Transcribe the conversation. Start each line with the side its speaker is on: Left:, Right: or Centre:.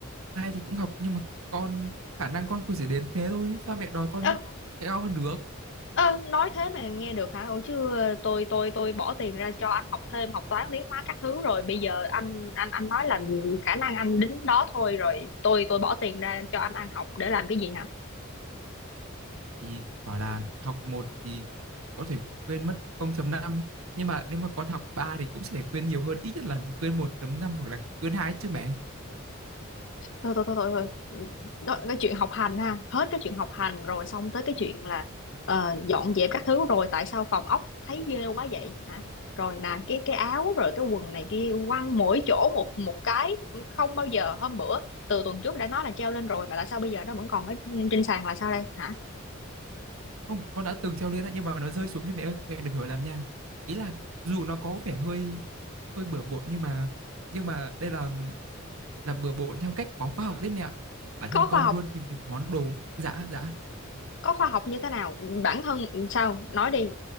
Right: ai thì cũng học nhưng mà con khả năng con cũng chỉ đến thế thôi sao mẹ đòi con
Left: ơ
Right: cao hơn được
Left: ơ nói thế mà nghe được hả ủa chứ ờ, tôi tôi tôi bỏ tiền ra cho anh học thêm học toán lý hóa các thứ rồi bây giờ anh anh anh nói là khả năng anh đính đó thôi rồi tôi tôi bỏ tiền ra cho anh ăn học để làm cái gì hả
Right: thì bảo là học một thì có thể quên mất 0.5 nhưng mà nếu mà con học 3 thì cũng sẽ phải quên nhiều hơn ít nhất là quên 1.5 hoặc là quên hai chứ mẹ
Left: thôi thôi thôi thôi thôi. Đó, cái chuyện học hành ha hết cái chuyện học hành rồi xong tới cái chuyện là ờ, dọn dẹp các thứ rồi tại sao phòng ốc thấy ghê quá vậy hả rồi nè cái cái áo rồi cái quần này kia quăng mỗi chỗ một một cái không bao giờ hôm bữa từ tuần trước đã nói là treo lên rồi mà tại sao bây giờ nó vẫn còn ở trên trên sàn là sao đây hả
Right: không con đã từng treo lên đó nhưng mà nó rơi xuống cho mẹ ơi mẹ đừng hiểu lầm nha ý là dù nó có vẻ hơi hơi bừa bộn nhưng mà nhưng mà đây là là bừa bộn theo cách có khoa học đấy mẹ ạ bản
Left: có
Right: thân con
Left: khoa học
Right: luôn tìm được món đồ dạ dạ
Left: có khoa học như thế nào bản thân sao nói đi